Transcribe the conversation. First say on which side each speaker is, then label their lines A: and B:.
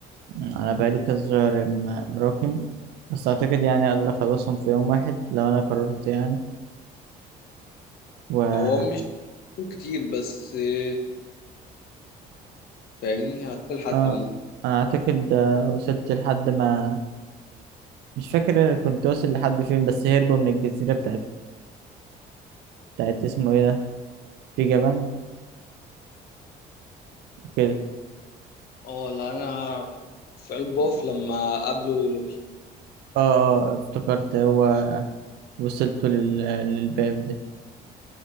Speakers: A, on the right; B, on the left.
A: انا بقالي كذا شهر م- مراكم بس اعتقد يعني اقدر اخلصهم في يوم واحد لو انا قررت يعني و
B: هو مش فصول كتير بس آه، فاهمني هتلحق تلمهم
A: اه انا اعتقد آه، وصلت لحد ما مش فاكر كنت واصل لحد فين بس هربوا من الجزيرة بتاعت بتاعت اسمه ايه ده في جبان وكده
B: اه لا انا في البوف لما قابله لوكي
A: اه اه افتكرت هو وصلت لل... للباب ده